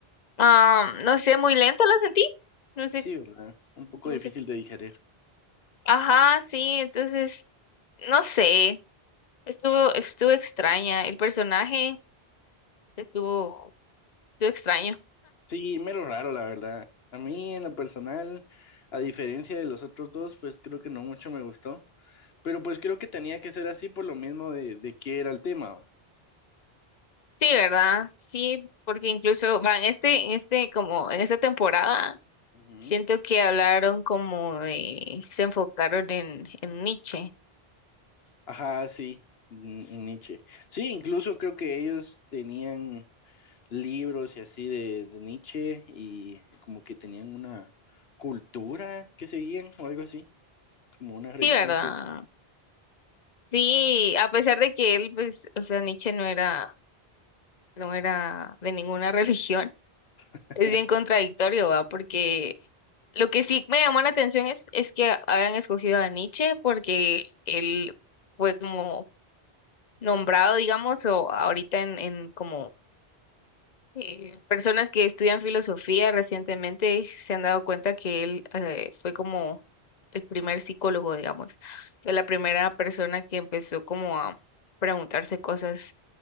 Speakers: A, on the left; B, on the left.
A: ah, no sé, muy lenta la sentí. No sé,
B: Sí, ¿verdad? Un poco
A: no
B: difícil
A: sé.
B: de digerir.
A: Ajá, sí, entonces, no sé. Estuvo, estuvo extraña. El personaje estuvo, estuvo extraño.
B: Sí, mero raro, la verdad. A mí, en lo personal, a diferencia de los otros dos, pues creo que no mucho me gustó. Pero pues creo que tenía que ser así por lo mismo de, de qué era el tema.
A: Sí, ¿verdad? Sí, porque incluso van este, en este, como en esta temporada,
B: Ujú.
A: siento que hablaron como de, se enfocaron en, en Nietzsche.
B: Ajá, sí, N- Nietzsche. Sí, incluso creo que ellos tenían libros y así de, de Nietzsche y como que tenían una cultura que seguían o algo así, como una religión.
A: Sí, ¿verdad?
B: pues.
A: Sí, a pesar de que él, pues, o sea, Nietzsche no era, no era de ninguna <laughs> religión,
B: <laughs>
A: es bien contradictorio, ¿va? Porque lo que sí me llamó la atención es, es que hayan escogido a Nietzsche porque él fue como nombrado, digamos, o ahorita en, en como Eh, personas que estudian filosofía recientemente se han dado cuenta que él eh, fue como el primer psicólogo, digamos, o sea, la primera persona que empezó como a preguntarse cosas